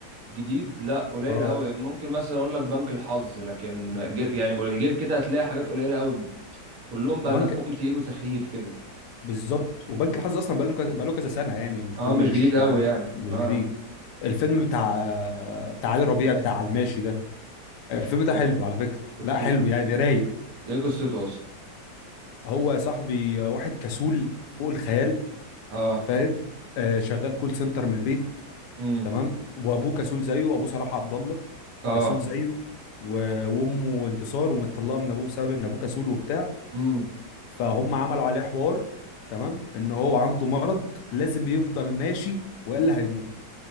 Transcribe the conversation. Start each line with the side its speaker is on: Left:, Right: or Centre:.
Right: جديد لا قليل
Left: اه
Right: قوي ممكن مثلا اقول لك بنك الحظ لكن الجير يعني الجير كده هتلاقي حاجات قليله قوي كلهم
Left: و-
Right: بقى
Left: وبنك
Right: دمهم تقيل وسخيف كده
Left: بالظبط وبنك الحظ اصلا بقاله كذا بقاله كذا سنه يعني مش
Right: اه
Left: فيلم
Right: مش
Left: مش
Right: جديد قوي
Left: آه،
Right: يعني
Left: مش
Right: اه
Left: جديد الفيلم بتاع آه، بتاع علي ربيع بتاع على الماشي ده الفيلم
Right: شفتوه
Left: ده حلو على فكره
Right: شفتوه
Left: لا حلو يعني رايق
Right: دي قصته اصلا
Left: هو يا صاحبي آه، واحد كسول فوق الخيال
Right: اه
Left: فاهم آه، شغال كول سنتر من البيت
Right: امم
Left: تمام وابوه كسول زيه وابوه صلاح عبد الله
Right: اه
Left: كسول زيه و- وامه انتصار ومتطلقه من ابوه بسبب ان ابوه كسول وبتاع
Right: امم
Left: فهم عملوا عليه حوار تمام ان هو عنده مرض لازم يفضل ماشي والا هيموت